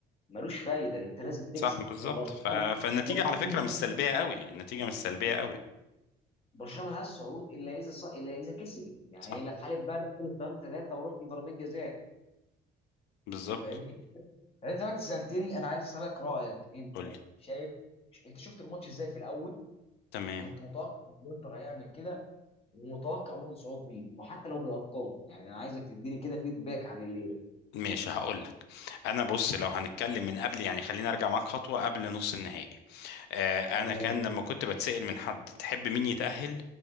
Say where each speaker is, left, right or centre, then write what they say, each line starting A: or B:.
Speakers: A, on the left (about 35°); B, on the left (about 80°).
A: ملوش فايده انت لازم تكسب
B: صح بالظبط
A: وبرشلونه
B: ف... فالنتيجه
A: برشلونه
B: على فكره مش سلبيه قوي النتيجه مش سلبيه قوي
A: برشلونه ملهاش صعود الا اذا الا اذا كسبت يعني
B: صح
A: الا في حاله بقى 3 3 وروح لضربات جزاء
B: بالظبط
A: انت فاهمني يعني انت دلوقتي سالتني انا عايز اسالك رايك انت
B: قول لي
A: شايف انت شفت الماتش ازاي في الاول
B: تمام
A: وكنت متوقع ان الانتر هيعمل كده ومتوقع برضه صعود مين وحتى لو بالارقام يعني انا عايزك تديني كده فيدباك عن الليله
B: ماشي هقول لك انا بص لو هنتكلم من قبل يعني خلينا ارجع معاك خطوه قبل نص النهائي آه،
A: تمام
B: انا كان لما كنت بتسأل من حد تحب مين يتأهل